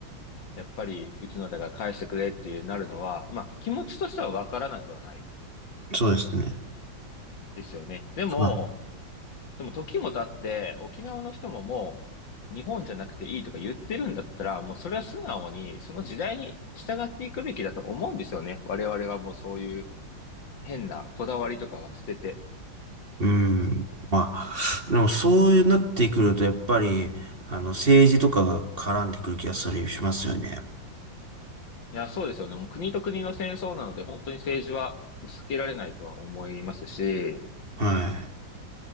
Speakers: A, on the left (about 70°); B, on the right (about 30°).
A: やっぱり、うちのだから返してくれっていうなるのは、まあ、気持ちとしてはわからなくはない
B: そうですね。
A: ですよね。でも、
B: はい。
A: でも時も経って、沖縄の人ももう、日本じゃなくていいとか言ってるんだったら、もうそれは素直に、その時代に従っていくべきだと思うんですよね。我々がもうそういう、変なこだわりとかは捨てて。
B: うん。まあ、でもそういうなってくると、やっぱり、あの、政治とかが絡んでくる気がする、しますよね。
A: いや、そうですよね。もう国と国の戦争なので、本当に政治は避けられないとは思いますし、
B: はい。